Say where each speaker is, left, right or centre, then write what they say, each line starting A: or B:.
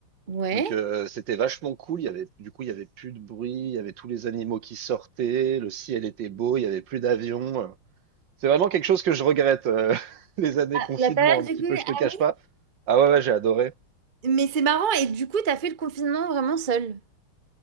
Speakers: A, on the right; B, on the right.
A: Ouais.
B: Donc euh, c'était vachement cool. Il y avait, du coup, il y avait plus de bruit. Il y avait tous les animaux qui sortaient. Le ciel était beau. Il y avait plus d'avions. C'est vraiment quelque chose que je regrette, euh, <laughs> les années
A: Ah,
B: confinement,
A: la période
B: un
A: du
B: petit
A: Covid.
B: peu, je
A: ah
B: te cache pas. Ah ouais, ouais, j'ai adoré.
A: oui. Mais c'est marrant. Et du coup, t'as fait le confinement vraiment seul.